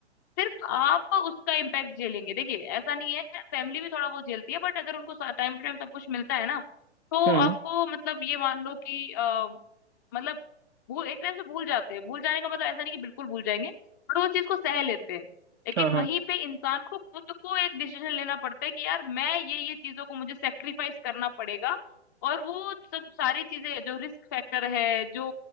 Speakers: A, on the left; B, on the right.
A: सिर्फ आप उसका इम्पैक्ट झेलेंगे देखिए ऐसा नहीं है फैमिली भी थोड़ा बहुत झेलती है बट अगर उनको टाइम टू टाइम सब कुछ मिलता है ना तो
B: हम्म
A: आपको मतलब ये मान लो कि अ, मतलब वो एक टाइम से भूल जाते हैं भूल जाने का मतलब ऐसा नहीं कि बिल्कुल भूल जाएंगे बट वो चीज को सह लेते हैं लेकिन
B: हाँ हाँ
A: वहीं पे इंसान को खुद को एक डिसीजन लेना पड़ता है कि यार मैं ये ये चीजों को मुझे सेक्रीफाइस करना पड़ेगा और वो सब सारी चीजें जो रिस्क फैक्टर है जो